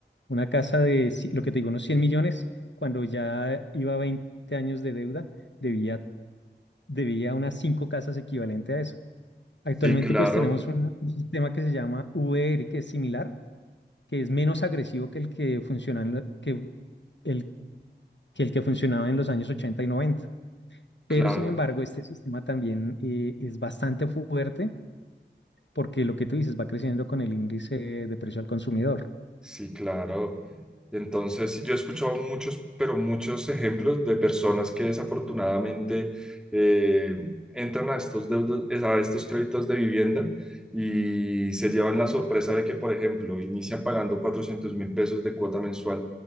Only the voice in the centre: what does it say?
Sí, claro,
claro.
Sí, claro. Entonces, sí, yo he escuchado muchos, pero muchos ejemplos de personas que desafortunadamente eh, entran a estos deudos, es- a estos créditos de vivienda y se llevan la sorpresa de que, por ejemplo, inician pagando 400 mil pesos de cuota mensual